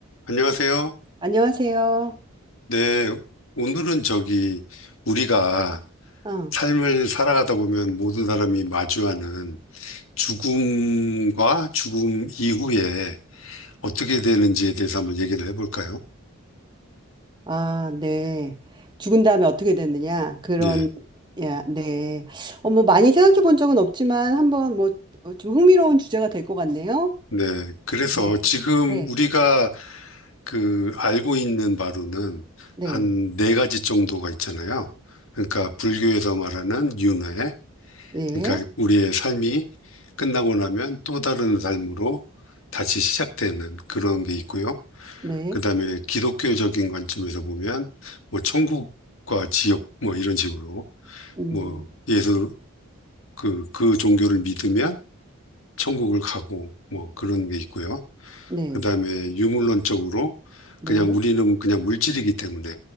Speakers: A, on the left; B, on the right.
A: 안녕하세요.
B: 안녕하세요.
A: 네, 오늘은 저기 우리가
B: 어,
A: 삶을 살아가다 보면 모든 사람이 마주하는 죽음과 죽음 이후에 어떻게 되는지에 대해서 한번 얘기를 해볼까요?
B: 아, 네. 죽은 다음에 어떻게 됐느냐? 그런,
A: 예,
B: 야, 네. 어, 뭐, 많이 생각해 본 적은 없지만, 한번 뭐, 어, 좀 흥미로운 주제가 될 것 같네요.
A: 네. 그래서
B: 네.
A: 지금
B: 네.
A: 우리가 그 알고 있는 바로는
B: 네.
A: 한 네 가지 정도가 있잖아요. 그러니까 불교에서 말하는 윤회,
B: 네.
A: 그러니까 우리의 삶이 끝나고 나면 또 다른 삶으로 다시 시작되는 그런 게 있고요.
B: 네.
A: 그다음에 기독교적인 관점에서 보면 뭐 천국과 지옥 뭐 이런 식으로
B: 음,
A: 뭐 예수 그 그 종교를 믿으면 천국을 가고 뭐 그런 게 있고요.
B: 네.
A: 그다음에 유물론적으로
B: 네.
A: 그냥 우리는 그냥 물질이기 때문에